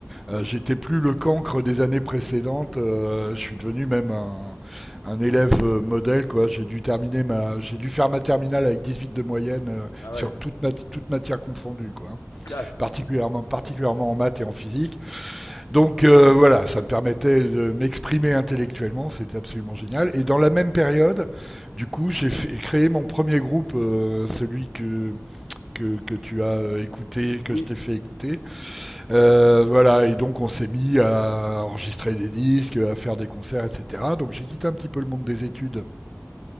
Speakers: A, in the centre; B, on the left.
A: Euh, J'étais plus le cancre des années précédentes. euh, je suis devenu même un, un élève euh, modèle, quoi. J'ai dû terminer ma, j'ai dû faire ma terminale avec 18 de moyenne euh,
B: Ah
A: sur
B: ouais,
A: toute, mati- toute matière confondue, quoi. hein.
B: classe.
A: Particulièrement, particulièrement en maths et en physique. Donc euh, voilà, ça me permettait de m'exprimer intellectuellement. C'était absolument génial. Et dans la même période, du coup, j'ai fait- créé mon premier groupe, euh, celui que, que que tu as euh, écouté, que
B: Oui,
A: je t'ai fait écouter. Euh, voilà, et donc on s'est mis à enregistrer des disques, à faire des concerts, etc. Donc j'ai quitté un petit peu le monde des études,